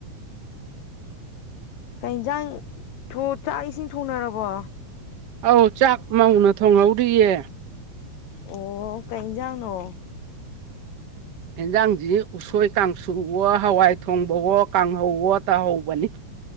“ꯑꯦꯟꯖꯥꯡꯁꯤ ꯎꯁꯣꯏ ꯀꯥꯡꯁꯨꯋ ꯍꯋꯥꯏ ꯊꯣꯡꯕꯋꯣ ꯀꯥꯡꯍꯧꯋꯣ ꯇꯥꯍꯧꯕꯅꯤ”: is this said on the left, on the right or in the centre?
Right